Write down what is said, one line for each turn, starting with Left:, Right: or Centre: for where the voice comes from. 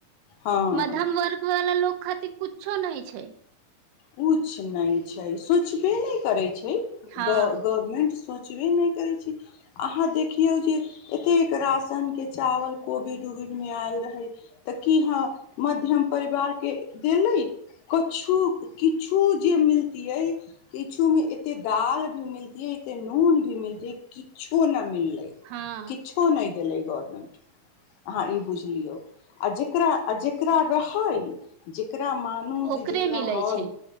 Left: हँ
Right: मध्यम वर्ग वाला लोक खाति कुच्छो नहि छै
Left: कुछ नहि छै सोचबे नहि करै छै छै
Right: हँ
Left: गवर्मेन्ट सोचबे नहि करै छी अहाँ देखियौ जे एतेक राशनके चावल कोबिड उबिडमे आयल रहै तऽ की हँ मध्यम परिवारके देलै कछू किछु जे मिलतै किछुमे एते दाल भी मिलतै एते नून भी मिलतै किछु किछो न मिललै
Right: हँ
Left: किछो नहि देलैय गबरमेंट अहाँ ई बुझि लियौ आ जेकरा आ जेकरा रहैत जेक जेकरा मानु
Right: ओकरे
Left: जे जेकरा
Right: मिलै
Left: हय
Right: छै